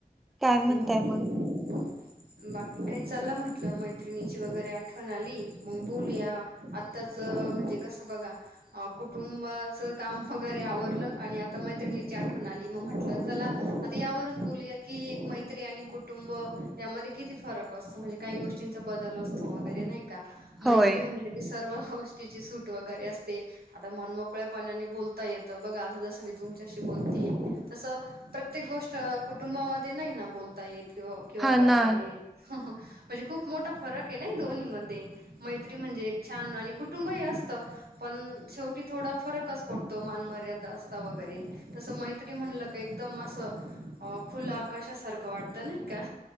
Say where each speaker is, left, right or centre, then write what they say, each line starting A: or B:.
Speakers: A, in the centre; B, on the right.
A: काय म्हणताय
B: बाकी
A: मग
B: बाकी काय चला म्हंटलं मैत्रिणीची वगैरे आठवण आली मग बोलूया. आत्ताच म्हणजे, कसं बघा अ कुटुंबाचं काम वगैरे आवरलं आणि आ तर मैत्रिणीची आठवण आली. मग म्हटलं चला आता यावरच बोलूया की, एक मैत्री आणि कु.. टुंब यामध्ये किती फरक असतो. म्हणजे काही गोष्टींचा बदल असतो वगैरे नाही का?
A: होय
B: मैत्री म्हणलं की, सर्व गोष्टीची सूट वगैरे असते. आता मनमोकळ्यापणाने बोलता येतं बघा आता जस मी तुमच्याशी बोलतीये मी तसं प्रत्येक गोष्ट कुटुंबामध्ये नाही ना बोलता येत. किंवा किंवा
A: हा
B: करता
A: ना
B: येे, म्हणजे खूप मोठा फरक ए ना दोन्ही मध्ये मैत्री म्हणजे एक छान आणि कुटुंबही असतं पण शेवटी थोडा फरकच पडतो. मानमर्यादा अस.. ते वगैरे तसं मैत्री म्हणल की, एकदम असं खुलं आकाशासारखं ख वाटतं नाही का?